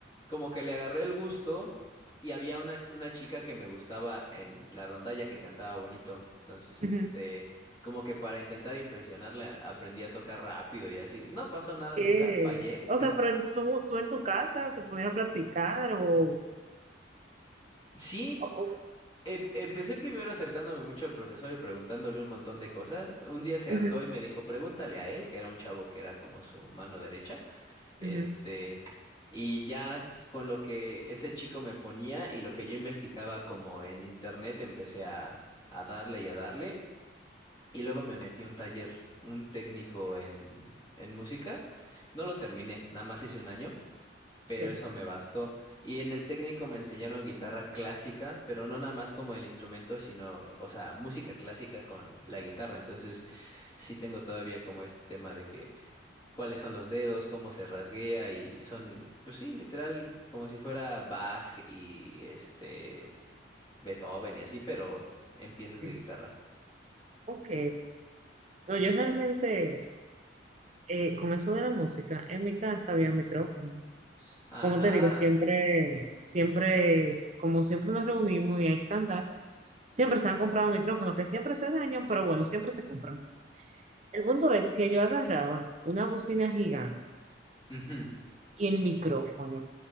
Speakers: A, on the left; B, on the right.
A: como que le agarré el gusto y había una, una chica que me gustaba en la rondalla que cantaba bonito. Entonces,
B: <laughs>
A: este,
B: Ujú.
A: como que para intentar impresionarla, aprendí a tocar rápido y así. No pasó nada
B: Que,
A: nunca, fallé.
B: o sea, pero en tú, tú en tu casa te podías practicar o...
A: Sí,
B: o-
A: em- empecé primero acercándome mucho al profesor y preguntándole un montón de cosas. Un día se
B: ujú,
A: hartó y me dijo, pregúntale a él, que era un chavo que era como su mano derecha. Este,
B: ujú.
A: y ya con lo que ese chico me ponía y lo que yo investigaba como en internet, empecé a, a darle y a darle. Y luego me metí a un taller, un técnico en, en música. No lo terminé, nada más hice un año, pero
B: Sí,
A: eso me bastó. Y en el técnico me enseñaron guitarra clásica, pero no nada más como el instrumento, sino, o sea, música clásica con la guitarra. Entonces, sí tengo todavía como este tema de que cuáles son los dedos, cómo se rasguea y son, pues sí, literal, como si fuera Bach y este Beethoven y así, pero en piezas
B: sí.
A: de guitarra.
B: Ok. No, yo realmente, eh, con eso de la música, en mi casa había micrófono.
A: Ajá.
B: Como te digo, siempre, siempre, es- como siempre nos reunimos y hay que cantar, siempre se han comprado micrófonos que siempre se dañan, pero bueno, siempre se compran. El punto es que yo agarraba una bocina gigante
A: Ujú.
B: y el micrófono.